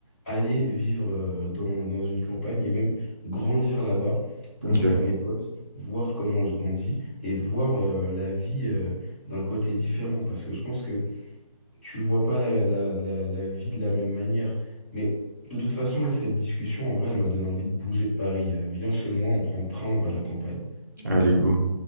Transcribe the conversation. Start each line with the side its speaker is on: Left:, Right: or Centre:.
Left: aller vivre euh, dans, dans une campagne et même grandir là-bas pour
Right: Ok.
Left: me faire mes potes, voir comment je grandis et voir euh, la vie euh, d'un côté différent. Parce que je pense que tu le vois pas la, la, la, la vie de la même manière. Mais de toute façon, là, cette discussion, en vrai, elle m'a donné envie de bouger de Paris. Euh, Viens chez moi, on prend le train, on va à la campagne.
Right: Allez, go.